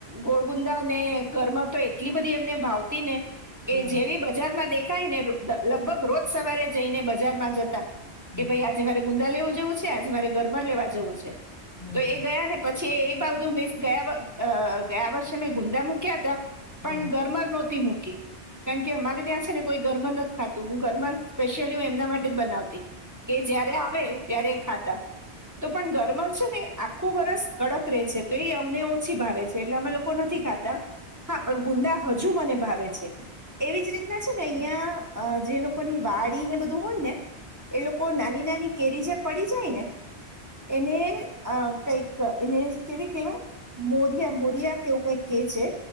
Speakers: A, on the right; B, on the left.
A: ગોળ-ગુંદા ને કરમર તો એટલી બધી એમને ભાવતી ને.
B: હમ
A: એ જેવી બજારમાં દે. દેખાય ને લગભગ રોજ સવારે જઈને બજારમાં જતા
B: હમ
A: કે ભાઈ આજે મારે ગુંદા લેવું જવું છે આજે મારે ઘરમાંર લેવા જવું છે
B: હમ
A: તો એ ગયા ને પછી છે એ બાધું મસ ગયા ગયા વર્ષે મેં ગુંદા મૂક્યા હતા પણ
B: હમ
A: ગરમર નહોતી હું કારણકે અમારે ત્યાં છે ને કોઈ ઘરમાં નથી ખાતું હું ઘરમાં સ્પેશિયલી હું એમના માટે જ બનાવતી કે જયારે આવે ત્યારે એ ખાતા તો પણ ઘરમ છે ને આખું વરસ કડક રે છે તો એ અમને ઓછી ભાવે છે એટલે અમે લોકો નથી ખાતા હા પણ ગુંદા હજુ મને ભાવે છે એવી જ રીતના છે ને અહિયાં જે લોકોની વાડી ને બધું હોય ને એ લોકો નાની નાની <unintelligible> જે પડી જાય ને એને કઈક એને કેવી કેહેવાય મોરિયા મોરિયા કેવું કઈક કે છે